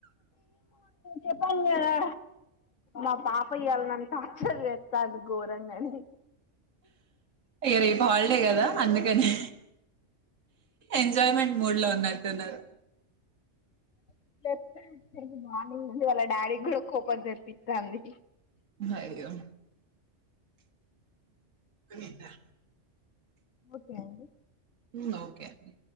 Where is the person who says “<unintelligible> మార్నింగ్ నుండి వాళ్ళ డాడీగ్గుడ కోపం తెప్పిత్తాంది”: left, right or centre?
Left